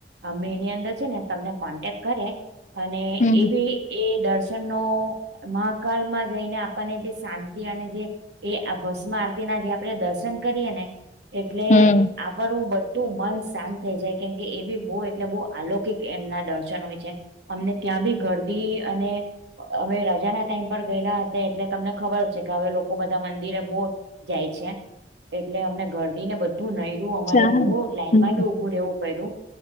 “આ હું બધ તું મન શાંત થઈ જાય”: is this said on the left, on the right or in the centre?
Right